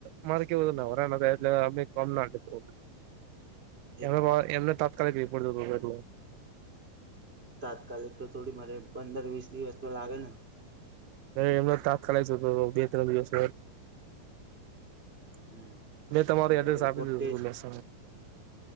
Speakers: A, on the right; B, on the right.
A: મારે કેવુંું ન વરાના હતા એટલે અમે કમ ના લીધું
B: તો
A: એમ એમને તાત્કાલિક રપડ એટલે
B: તાત્કાલિક તો થોડી મારે પંદર વીસ દિવસ તો લાગે ને
A: અ એમનો તાપ ચલા હતો બે ત્રણ દિવસ
B: હમ
A: મેં તમારો
B: નગર
A: એડ્રેસ
B: રિપોર્ટ
A: આપી દીધો
B: ટેસ્ટ
A: હતું લસ